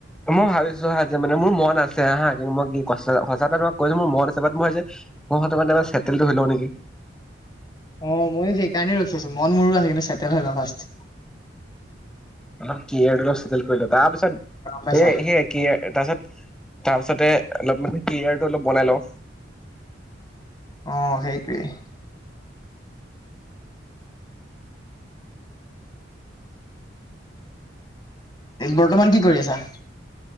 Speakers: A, in the centre; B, on the left (about 25°).
A: মই ভাবিছো হা, যে' মানে মোৰ মন আছে হা। কিন্তু মই কি সঁচা কৈছো মোৰ মন আছে। বাত মই
B: অ'মইয়ো সেইকাৰণেই ৰখি আছো। মন মোৰো আছে কিন্তু, চেটেল হৈ লওঁ ফাৰ্ষ্টত।
A: <inaudible> কেৰিয়েৰটো অলপ চেতেল কৰি লওঁ। তাৰপিছত,
B: পাইছা
A: সেয়ে, সেয়েই তাৰপিছত অলপ মানে। কেৰিয়াৰটো অলপ বনাই লওঁ।
B: অ' সেইটোৱেই। বৰ্তমান কি কৰি আছা?